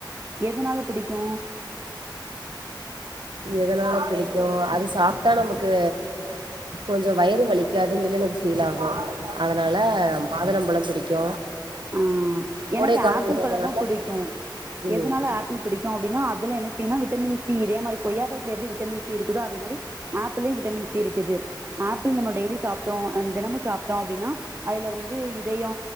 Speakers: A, on the right; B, on the right.
A: எதுனால பிடிக்கு
B: எதனால பிடிக்கு அது சாப்ட்டா நமக்கு கொஞ்சோ வயிறு வலிக்காதுன்னு சொல்லி எனக்கு ஃபீல் ஆகு அதனால மாதுளம்பழம் பிடிக்கு
A: ம்
B: கோடை
A: எனக்கு
B: காலங்கிறதுனால
A: ஆப்பிள் பழமு பிடிக்கு
B: ம்
A: எதனால ஆப் பிள் பிடிக்கு அப்டின்னா அதுல என்ன விஸ்யோனா விட்டமின் சி இதே மாரி கொய்யப்பழத்தில எப்டி விட்டமின் சி இருக்குதோ அதே மாரி ஆப்பிளையு விட்டமின் சி இருக்குது ஆப்பிள் நம்ம டெய்லி சாப்ட்டோ அ தெனமு சாப்ட்டோ அப்டின்னா அதுல வந்து இதயோ